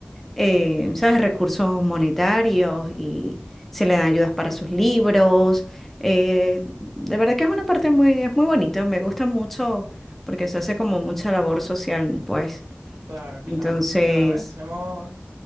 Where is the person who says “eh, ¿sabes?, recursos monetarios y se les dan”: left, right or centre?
Centre